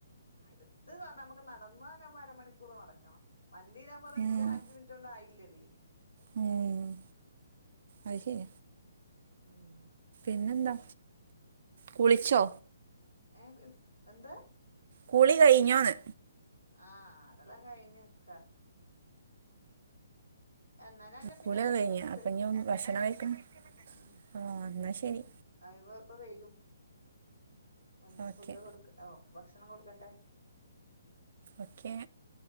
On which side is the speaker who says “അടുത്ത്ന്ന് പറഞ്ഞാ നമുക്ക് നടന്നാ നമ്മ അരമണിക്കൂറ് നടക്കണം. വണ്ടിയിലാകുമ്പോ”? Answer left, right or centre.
Left